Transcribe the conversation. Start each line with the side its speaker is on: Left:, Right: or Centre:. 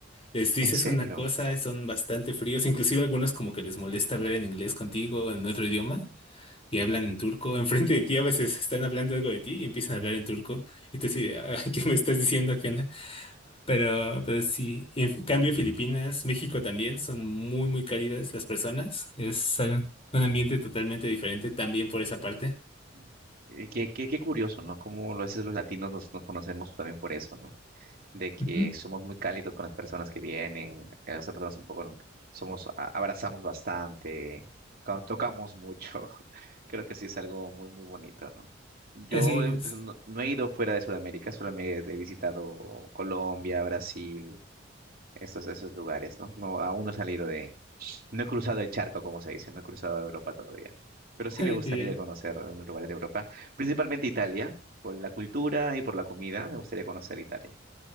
Left: les dices
Right: ¿En serio?
Left: una cosa, son bastante fríos. Inclusive algunos como que les molesta hablar en inglés contigo, en otro idioma, y hablan en turco. <laughs> Enfrente de ti a veces están hablando algo de ti y empiezan a hablar en turco. Y te dices, <laughs> ¿qué me estás diciendo, Kena? Pero, pero sí. En cambio, Filipinas, México también son muy, muy cálidas las personas. Es algo- un ambiente totalmente diferente también por esa parte.
Right: Mm. Eh, Qué, qué, qué curioso, ¿no? Cómo a veces los latinos nos, nos conocemos también por eso, ¿no? de que
Left: Ujú.
Right: somos muy cálidos con las personas que vienen, eh, las personas un poco, somos, a- abrazamos bastante, cuando tocamos mucho, <laughs> creo que sí es algo muy, muy bonito, ¿no? Yo
Left: Así es.
Right: eh, pues, no, no he ido fuera de Sudamérica, solo me he visitado Colombia, Brasil, estos, esos lugares, ¿no? No, aún no he salido de, no he cruzado el charco, como se dice, no he cruzado Europa todavía. Pero sí
Left: <laughs>
Right: me gustaría
Left: Ya.
Right: conocer algunos lugares de Europa, principalmente Italia, por la cultura y por la comida, me gustaría conocer Italia.